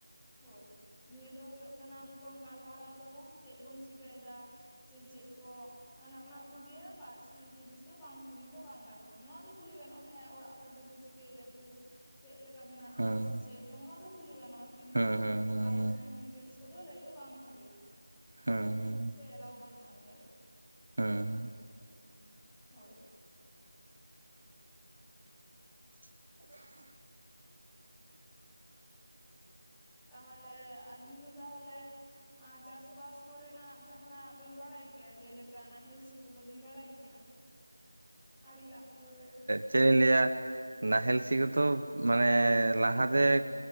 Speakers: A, in the centre; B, on the right (about 50°).
A: ᱦᱳᱭ ᱱᱤᱭᱟᱹ ᱫᱚ ᱦᱳᱭᱳᱜ ᱠᱟᱱᱟ ᱟᱵᱚ ᱵᱚᱱ ᱜᱟᱞᱢᱟᱨᱟᱣ ᱫᱟᱵᱩᱱ ᱪᱮᱜ ᱵᱚᱱ ᱪᱤᱠᱟᱹᱭᱫᱟ ᱥᱮ ᱪᱮᱜ ᱠᱚ ᱚᱱᱮ ᱚᱱᱟ ᱠᱚ ᱫᱤᱭᱮ ᱯᱟᱨᱥᱚᱱᱮᱞ ᱡᱤᱱᱤᱥ ᱫᱚ ᱵᱟᱝ ᱠᱩᱞᱤ ᱫᱚ ᱵᱟᱝ ᱜᱟᱱᱚᱜ-ᱟ ᱱᱚᱣᱟ ᱫᱚ ᱠᱩᱞᱤ ᱜᱟᱱᱚᱜ-ᱟ ᱦᱮᱸ ᱚᱲᱟᱜ ᱦᱚᱲ ᱫᱚᱠᱚ ᱪᱤᱠ ᱠᱟᱹᱭ ᱫᱟᱠᱩ ᱪᱮᱜ ᱞᱮᱠᱟ ᱢᱮᱱᱟ
B: ᱦᱩᱸ
A: ᱢᱟ ᱥᱮ ᱪᱮᱫ ᱱᱚᱝᱠᱟ ᱫᱚ ᱠᱩᱞᱤ ᱜᱟᱱᱚᱜ-ᱟ ᱠᱤᱱᱛᱩ
B: ᱦᱩᱸ ᱦᱩᱸ ᱦᱩᱸ
A: ᱯᱟᱨᱥᱮ
B: ᱦᱩᱸ
A: ᱰᱤᱴᱮᱞᱥ ᱠᱚᱫᱚ ᱞᱟᱹᱭ ᱫᱚ ᱵᱟᱝ ᱵᱷᱟᱜᱮᱭᱟ
B: ᱦᱩᱸ ᱦᱩᱸ ᱦᱩᱸ
A: ᱥᱮ ᱮᱞᱟᱣ ᱵᱟᱹᱱᱩᱜ-ᱟ ᱱᱤᱭᱟᱹᱨᱮ
B: ᱦᱩᱸ
A: ᱦᱳᱭ
B: <inaudible>
A: ᱛᱟᱦᱚᱞᱮ ᱟᱵᱤᱱ ᱫᱚ ᱛᱟᱦᱚᱞᱮ ᱟ ᱪᱟᱥᱵᱟᱥ ᱠᱚᱨᱮᱱᱟᱜ ᱡᱟᱦᱟᱸ ᱵᱤᱱ ᱵᱟᱲᱟᱭ ᱜᱮᱭᱟ ᱡᱮᱞᱮᱠᱟ ᱱᱟᱦᱮᱞ ᱥᱤ ᱠᱚᱫᱚ ᱵᱤᱱ ᱵᱟᱲᱟᱭ ᱜᱮᱭᱟ ᱟᱹᱲᱤ ᱞᱟᱜ ᱠᱳ
B: ᱪᱮᱜ ᱤᱧ ᱞᱟᱹᱭᱟ ᱱᱟᱦᱮᱞ ᱥᱤ ᱜᱮ ᱛᱚ ᱢᱟᱱᱮ ᱞᱟᱦᱟᱛᱮ